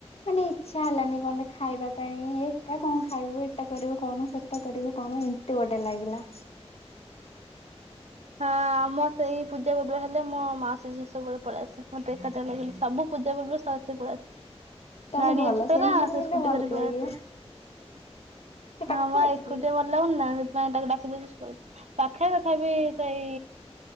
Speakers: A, on the left (about 65°); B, on the right (about 80°).
A: ମାନେ ଇଛା ହେଲାନି କଣଟେ ଖାଇବା ପାଇଁ ଆଉ ଏକା କଣ ଖାଇବୁ ଏଟା କରିବୁ କଣ ସେଟା କରିବୁ କଣ ଏମିତି ଗୋଟେ ଲାଗିଲା।
B: ହଁ ଆମ ସେଇ ପୂଜା ପର୍ବ ହେଲେ ମୋ ମାଉସୀ ଝିଅ ସବୁବେଳେ ପଳେଇ ଆସେ ମତେ ଏକାଠି ଲଗିଲେ ସବୁ ପୂଜା ପର୍ବରେ ପଳେଇ ଆସେ।
A: ତାହେଲେ
B: ଗାଡି
A: ଭଲ
B: ଅଛି ତରା
A: ସେମିତି ଲାଗିଲେ
B: ସେ ସ୍କୁଟି
A: ଭଲ
B: ଧରି ପଳେଇ
A: ଲାଗିବ
B: ଆସେ
A: ସେ
B: ହଁ
A: ପାଖରେ
B: ବା ଏକୁଟି
A: କି?
B: ଭଲାଗୁନି ନା ପାଇଁ ତାକୁ ଡାକି ଦେଇଛି ସେପଳେଇବ ପାଖ ତଥାବି ସେଇ